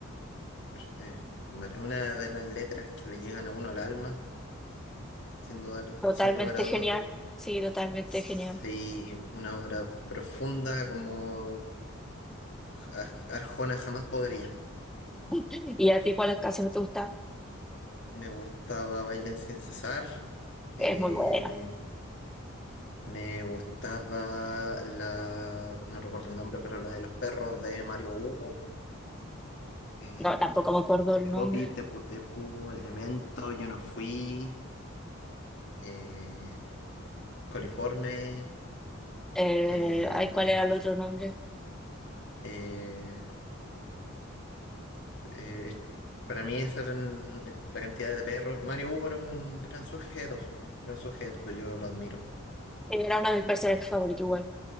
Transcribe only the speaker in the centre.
Totalmente
genial.
Sí, totalmente
genial.
¿Y a ti cuáles canciones te gustan?
Es muy buena.
No, tampoco me acuerdo
el nombre.
Eh,
ay, ¿cuál era el otro nombre?
Él era uno de mis personajes favoritos, igual.